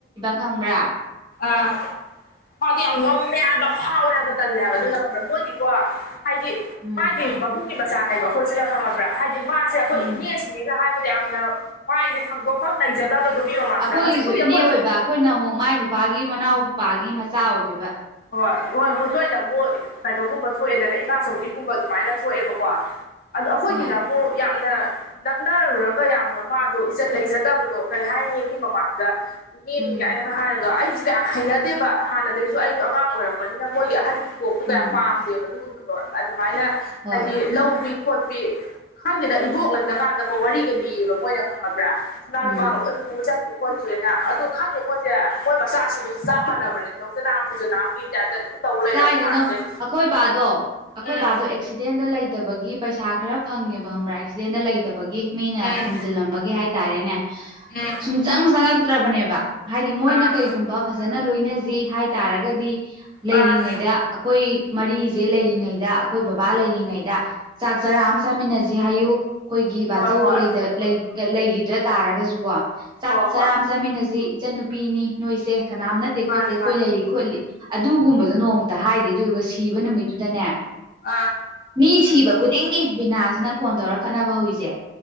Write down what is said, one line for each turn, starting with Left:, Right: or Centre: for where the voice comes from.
Right: ꯈꯪꯕꯔ
Left: ꯑꯥ ꯃꯥꯗꯤ ꯌꯥꯝ ꯉꯝꯃꯦ ꯍꯥꯏꯕ ꯐꯥꯎꯋꯦ ꯍꯥꯏꯕ ꯇꯜꯂꯦꯕ ꯑꯗꯨꯅ ꯃꯣꯏꯒꯤꯀꯣ ꯍꯥꯏꯗꯤ
Right: ꯎꯝ
Left: ꯃꯥꯒꯤ ꯃꯕꯨꯡꯒꯤ ꯃꯆꯥꯅꯦꯕ ꯑꯩꯈꯣꯏ ꯁꯤꯅ ꯈꯪꯉꯕ꯭ꯔꯥ ꯍꯥꯏꯗꯤ ꯃꯥꯁꯦ ꯑꯩꯈꯣꯏ
Right: ꯎꯝ
Left: ꯏꯅꯦꯁꯤꯡꯅꯦꯅ ꯍꯥꯏꯕꯗ ꯌꯥꯝꯅ ꯃꯥꯏꯁꯦ ꯊꯥꯡꯗꯣꯛꯐꯝ ꯂꯩꯖ ꯐꯖꯗꯕꯗꯣ ꯃꯤ ꯃꯥꯡꯗ
Right: ꯑꯩꯈꯣꯏꯒꯤꯁꯨ
Left: ꯍꯧꯖꯤꯛꯕꯨꯗꯤ
Right: ꯏꯅꯦ
Left: ꯑꯩꯈꯣꯏ
Right: ꯑꯣꯏꯕ ꯑꯩꯈꯣꯏꯅ ꯑꯃꯨꯛ ꯃꯥꯏ ꯅꯨꯄꯥꯒꯤ ꯃꯅꯥꯎꯄꯥꯒꯤ ꯃꯆꯥ ꯑꯣꯏꯗꯣꯏꯕ
Left: ꯍꯣꯏ ꯍꯣꯏ ꯍꯣꯏ ꯅꯣꯏꯅ ꯃꯨꯛ ꯀꯩꯅꯣꯒꯨꯝꯕ ꯊꯣꯛꯑꯦꯗꯅ ꯏꯃꯥꯆꯧꯕꯤꯒꯨꯝꯕ ꯑꯗꯨꯃꯥꯏꯅ ꯊꯣꯛꯑꯦꯕꯀꯣ ꯑꯗꯣ ꯑꯩꯈꯣꯏꯒꯤꯅ
Right: ꯍꯣꯏ
Left: ꯕꯨ ꯌꯥꯝꯅ ꯅꯛꯅꯔꯨꯔꯒ ꯌꯥꯝꯅ ꯃꯥꯗꯣ ꯏꯖꯠ ꯂꯩꯖꯗꯕꯗꯣ ꯀꯔꯤ ꯍꯥꯏꯅꯤ ꯃꯤ ꯃꯃꯥꯡꯗ ꯏꯅꯦꯅꯤ
Right: ꯎꯝ
Left: ꯒꯥꯏꯅꯒ ꯍꯥꯏꯔꯒ ꯑꯩꯁ ꯀꯌꯥꯝ ꯍꯩꯅꯗꯦꯕ ꯍꯥꯟꯅꯗꯩꯁꯨ ꯑꯩꯁꯨ ꯑꯉꯥꯡ ꯑꯣꯏꯔꯛꯄꯅꯤꯅ ꯃꯣꯏꯒꯤ ꯑꯍꯟ ꯄꯣꯛꯄ
Right: ꯎꯝ
Left: ꯀꯌꯥ ꯄꯥꯝꯗꯦꯕ ꯑꯗꯨꯒꯨꯝꯕꯗꯣ ꯑꯗꯨꯃꯥꯏꯅ
Right: ꯍꯣꯏ
Left: ꯍꯥꯏꯗꯤ ꯂꯧꯒꯤ ꯄꯣꯠꯄꯤ ꯈꯪꯗꯦꯗ ꯏꯕꯣꯛ ꯂꯩꯇ ꯀꯥꯟꯗꯕꯨ ꯋꯥꯔꯤꯒ ꯂꯤꯌꯦꯕ ꯃꯣꯏꯅ ꯈꯪꯉꯕ꯭ꯔꯥ ꯁꯅꯥ
Right: ꯎꯝ
Left: ꯂꯨꯄꯥꯒ ꯂꯣꯏ ꯄꯨꯔꯥ ꯆꯠꯈꯤ ꯈꯣꯏꯆꯦꯅ ꯑꯗꯨ ꯈꯪꯗꯦ ꯃꯣꯏꯁꯦ ꯃꯣꯏ ꯃꯆꯥꯁꯤꯡꯗꯨꯁꯨ ꯆꯞ ꯃꯥꯟꯅꯕꯅꯦ ꯂꯧꯖꯅꯥꯝ ꯄꯨꯖꯅꯥꯝꯒꯤ ꯇꯥꯞꯇ ꯑꯗꯨꯝ ꯇꯧ ꯂꯩꯔꯕꯅꯦ
Right: ꯀꯥꯏꯗꯩꯅꯣ
Left: ꯍꯥꯟꯅꯗꯩ
Right: ꯑꯩꯈꯣꯏ ꯕꯥꯗꯣ ꯑꯩꯈꯣꯏ
Left: ꯎꯝ
Right: ꯕꯥꯗꯣ ꯑꯦꯛꯁꯤꯗꯦꯟꯗ ꯂꯩꯇꯕꯒꯤ ꯄꯩꯁꯥ ꯈꯔ ꯐꯪꯉꯦꯕ ꯈꯪꯕ꯭ꯔꯥ ꯑꯦꯛꯁꯤꯗꯦꯟꯗ ꯂꯩꯇꯕꯒꯤ ꯃꯤꯅ
Left: ꯎꯝ
Right: ꯊꯣꯝꯖꯤꯜꯂꯝꯕꯒꯤ ꯍꯥꯏꯇꯥꯔꯦꯅꯦ
Left: ꯎꯝ
Right: ꯁꯨꯡꯆꯪ ꯆꯪꯉꯛꯇ꯭ꯔꯕꯅꯦꯕ ꯍꯥꯏꯗꯤ ꯃꯣꯏꯅ
Left: ꯑꯥ
Right: ꯀꯩꯒꯨꯝꯕ ꯐꯖꯅ ꯂꯣꯏꯅꯁꯤ ꯍꯥꯏꯇꯥꯔꯒꯗꯤ ꯂꯩꯔꯤꯉꯩꯗ
Left: ꯑꯥ
Right: ꯑꯩꯈꯣꯏ ꯃꯔꯤꯁꯦ ꯂꯩꯔꯤꯉꯩꯗ ꯑꯩꯈꯣꯏ ꯕꯕꯥ ꯂꯩꯔꯤꯉꯩꯗ
Left: ꯎꯝ
Right: ꯆꯥꯛ ꯆꯔꯥ
Left: ꯎꯝ
Right: ꯑꯃ ꯆꯥꯃꯤꯟꯅꯁꯤ ꯍꯥꯏꯌꯨ ꯑꯩꯈꯣꯏꯒꯤ ꯕꯥꯆꯧꯗꯣ
Left: ꯍꯣꯏ ꯍꯣꯏ
Right: ꯂꯩꯇ ꯂꯩ ꯂꯩꯈꯤꯗ꯭ꯔ ꯇꯥꯔꯒꯁꯨ ꯀꯣ ꯆꯥꯛ
Left: ꯍꯣꯏ
Right: ꯆꯔꯥ
Left: ꯍꯣꯏ
Right: ꯑꯃ ꯆꯥꯃꯤꯟꯅꯁꯤ ꯏꯆꯟ ꯅꯨꯄꯤ ꯄꯤꯅꯤ ꯅꯣꯏꯁꯦ ꯀꯅꯥꯝ ꯅꯠꯇꯦ
Left: ꯃꯥꯅꯦ
Right: ꯈꯣꯠꯇꯦ ꯑꯩꯈꯣꯏ
Left: ꯃꯥꯅꯦ
Right: ꯂꯩꯔꯤ ꯈꯣꯠꯂꯤ ꯑꯗꯨꯒꯨꯝꯕꯗꯣ ꯅꯣꯡꯃꯇ ꯍꯥꯏꯗꯦ ꯑꯗꯨꯗꯨꯒ ꯁꯤꯕ ꯅꯨꯃꯤꯠꯇꯨꯗꯅꯦ
Left: ꯑꯥ
Right: ꯃꯤ ꯁꯤꯕ ꯈꯨꯗꯤꯡꯒꯤ ꯕꯤꯅꯥꯁꯤꯅ ꯐꯣꯟ ꯇꯧꯔ ꯈꯠꯅꯕ ꯍꯧꯔꯤꯁꯦ